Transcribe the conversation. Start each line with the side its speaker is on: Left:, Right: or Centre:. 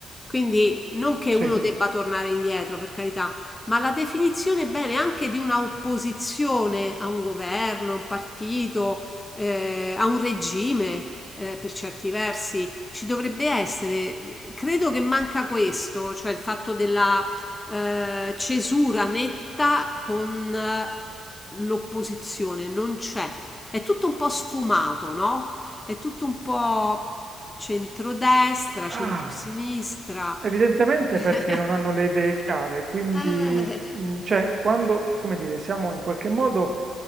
Left: Quindi non che
Right: Sì.
Left: uno debba tornare indietro, per carità, ma la definizione bene anche di una opposizione a un governo, a un partito, eh, a un regime eh, per certi versi. Ci dovrebbe essere, credo che manca questo, cioè il fatto della eh, cesura netta con eh, l'opposizione, non c'è. È tutto un po' sfumato, no? È tutto un po' centrodestra, centrosinistra.
Right: Ah, evidentemente
Left: <laughs>
Right: perché non hanno le idee chiare, quindi,
Left: Eh,
Right: mh, cioè, quando, come dire, siamo in qualche modo,